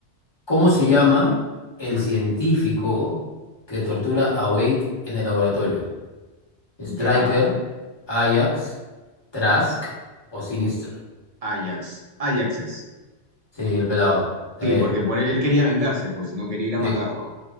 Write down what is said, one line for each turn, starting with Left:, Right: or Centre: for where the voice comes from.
Left: ¿cómo se llama el científico que tortura a Wade en el laboratorio? ¿Striker,
Right: Ya,
Left: Ajax, Trask o Sinister?
Right: Ajax. Ajax es.
Left: Sí, el pelado. Está
Right: Sí,
Left: bien.
Right: porque por él, él quería vengarse, pues, no quería ir a matarlo.
Left: Sí.